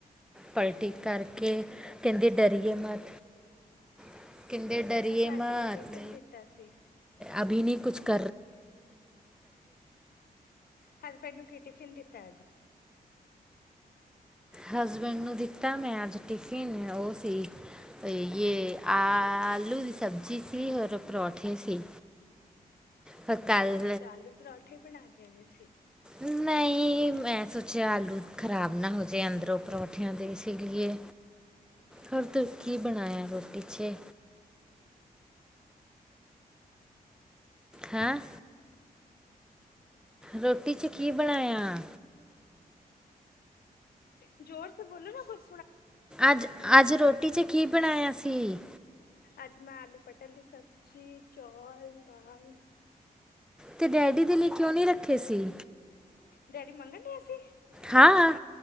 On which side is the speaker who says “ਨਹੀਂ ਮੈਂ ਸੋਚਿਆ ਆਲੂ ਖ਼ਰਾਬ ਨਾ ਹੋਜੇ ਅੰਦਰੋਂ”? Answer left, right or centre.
Centre